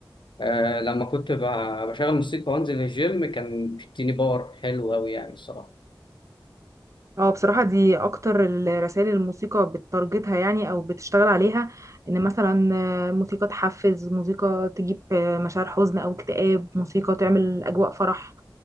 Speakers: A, on the left; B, on the right.
A: آه، لما كنت ب- بشغل موسيقى وأنزل الجيم كان بيديني باور حلو أوي يعني الصراحة
B: اه بصراحة دي أكتر الرسائل الموسيقى بتارجتها يعني أو بتشتغل عليها إن مثلا آه، موسيقى تحفز موسيقى تجيب آه، مشاعر حزن أو اكتئاب موسيقى تعمل أجواء فرح